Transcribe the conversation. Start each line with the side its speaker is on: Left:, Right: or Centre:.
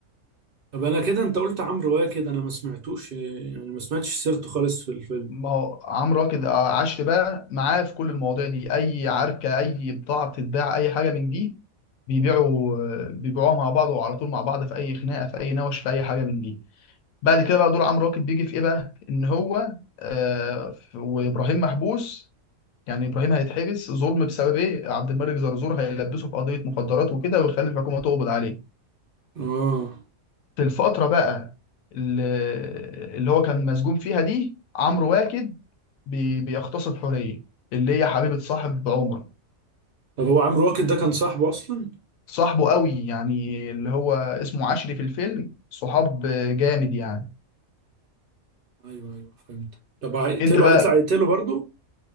Right: طب انا كده انت قلت عمرو واكد انا ما سمعتوش يعني ما سمعتش سيرته خالص في الفيلم
Left: ما هو عمرو واكد عشر بقى معاه في كل المواضيع دي اي عركه اي بضاعه بتتباع اي حاجه من دي بيبيعوا آه، بيبيعوها مع بعض وعلى طول مع بعض في اي خناقه في اي نوش في اي حاجه من دي بعد كده بقى دور عمرو واكد بيجي في ايه بقى ان هو آه وابراهيم محبوس يعني ابراهيم هيتحبس ظلم بسبب ايه عبد الملك زرزور هيلبسه في قضيه مخدرات وكده ويخلي الحكومه تقبض عليه
Right: اه
Left: في الفترة بقى ال- اللي هو كان مسجون فيها دي عمرو واكد بي- بيغتصب حورية اللي هي حبيبة صاحب عمر
Right: طب هو عمرو واكد ده كان صاحبه اصلا
Left: صاحبه قوي يعني اللي هو اسمه عشري في الفيلم صحاب جامد يعني
Right: ايوه ايوه فهمت طب هيقتله
Left: انت بقى
Right: هيطلع يقتله برضه